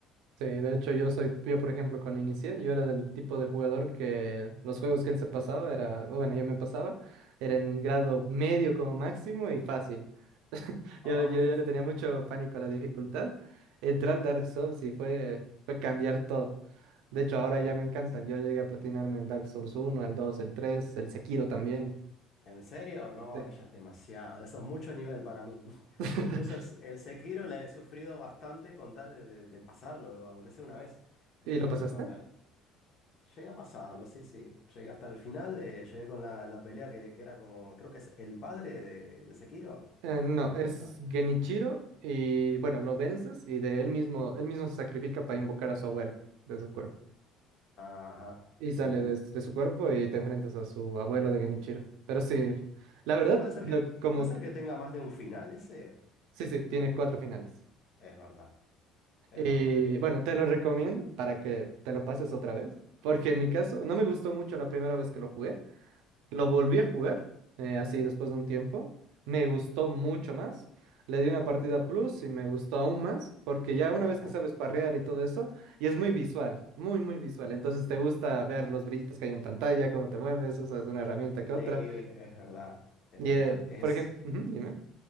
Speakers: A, on the right (about 75°); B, on the left (about 45°).
A: Sí, de hecho yo soy, yo por ejemplo cuando inicié, yo era del tipo de jugador que los juegos que él se pasaba era, bueno, yo me pasaba, era en grado medio como máximo y fácil. <laughs>
B: Ah,
A: Yo, yo,
B: <laughs>
A: yo le tenía mucho pánico a la dificultad. Entrar al Dark Souls y fue, fue cambiar todo. De hecho ahora
B: eh,
A: ya me encantan,
B: sí.
A: yo llegué a platinarme el Dark Souls uno, el 2, el 3, el Sekiro también.
B: ¿En, en serio? No,
A: Sí.
B: ella es demasiado. Eso es mucho nivel para mí. <laughs>
A: <laughs>
B: E incluso el, el Sekiro la he sufrido bastante con tal de, de- de pasarlo, aunque sea una vez. Eh,
A: ¿Y lo pasaste?
B: pero no, da- llegué a pasarlo, sí, sí. Llegué hasta el final, eh, llegué con la, la pelea que, que era como, creo que es el padre de, de Sekiro.
A: Eh, no,
B: Eh,
A: es
B: no,
A: Genichiro y bueno, lo vences y de él mismo, él mismo se sacrifica para invocar a su abuelo desde el cuerpo.
B: ajá.
A: Y
B: ujú.
A: sale de, de su cuerpo y te enfrentas a su abuelo de Genichiro. Pero sí, la verdad,
B: Puede ser
A: lo,
B: que,
A: como,
B: puede ser
A: que-
B: que tenga más de un final ese.
A: sí, sí, tiene cuatro finales.
B: Es verdad, es
A: Y
B: verdad.
A: bueno, te lo recomiendo para que te lo pases otra vez, porque en mi caso no me gustó mucho la primera vez que lo jugué. Lo volví a jugar, eh, así después de un tiempo. Me gustó mucho más. Le di una partida plus y me gustó aún más, porque ya una
B: <laughs> Ajá,
A: vez que sabes parrear y todo eso, y
B: sí.
A: es muy visual, muy, muy visual. Entonces te gusta ver los brillitos que hay en pantalla, cómo te mueves, usas una herramienta que
B: Sí,
A: otra.
B: es verdad, es
A: Y,
B: verdad,
A: eh,
B: es,
A: por ejemplo, dime.